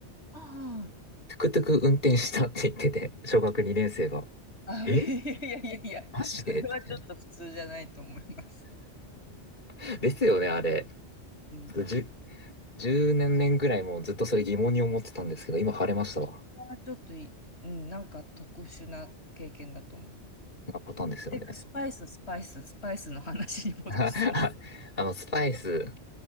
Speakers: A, on the left (about 70°); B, on the left (about 40°).
A: あ
B: トゥクトゥク運転したって言ってて、小学2年生が。
A: あ、
B: え
A: あ、いやいやいやいや、
B: マジでみたいな。
A: それはちょっと普通じゃないと思います。
B: <laughs> ですよね、あれ。
A: うん
B: ちょっと10、年年ぐらいもうずっとそれ疑問に思ってたんですけど、今晴れましたわ。
A: はちょっとい、うん、なんか特殊な経験だと思
B: なパターンですよね。
A: う。てか、スパイス、スパイス、スパイスの話に戻そう。
B: <laughs> あの、
A: <laughs>
B: スパイス、